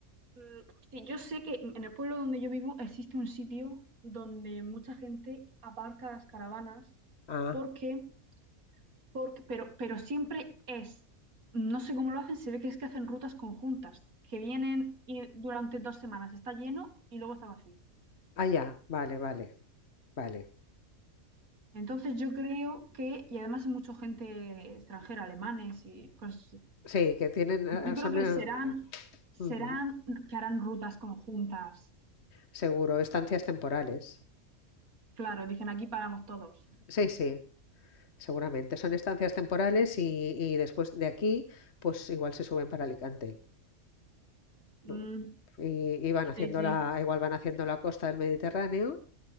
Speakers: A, on the right; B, on the left.
A: mm, sí, yo sé que en el pueblo donde yo vivo existe un sitio donde mucha gente aparca las caravanas
B: Ah,
A: porque, porque, pero, pero siempre es, no sé cómo lo hacen, se ve que es que hacen rutas conjuntas, que vienen y durante dos semanas está lleno y luego está vacío.
B: ah, ya, vale, vale, vale.
A: Entonces yo creo que, y además hay mucha gente extranjera, alemanes y cosas así,
B: Sí, que tienen, ah,
A: yo
B: son,
A: creo que
B: eh,
A: serán, serán,
B: ujú,
A: que harán rutas conjuntas.
B: seguro, estancias temporales.
A: Claro, dicen aquí paramos todos.
B: Sí, sí. Seguramente. Son estancias temporales y, y después de aquí, pues igual se suben para Alicante,
A: Mm,
B: ¿no? Y, y van
A: sí,
B: haciendo
A: sí,
B: la, igual van haciendo la costa del Mediterráneo